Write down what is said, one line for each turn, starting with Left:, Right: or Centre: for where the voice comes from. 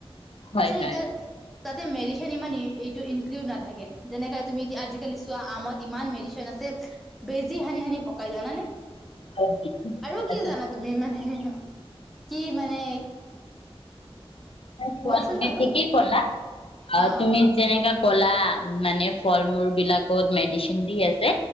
Left: হয় হয়
Centre: <unintelligible> তাতে মেডি ইমান এইটো ইনক্লুড নাথাকে, যেনেকাে তুমি এতিয়া আজিকালি চোৱা আমত ইমান মেডিচিন আছে, বেজি সানি, সানি পকাই জানানে?
Left: হয় ঠিকেই
Centre: আৰু
Left: ক'লা
Centre: কি জানা তুমি? মানে কি মানে
Left: <unintelligible>
Centre: কোৱাচোন আৰু
Left: আ,
Centre: অ
Left: তুমি যেনেকা ক'লা মানে ফল মূল বিলাকত মেডিচিন দি আছে।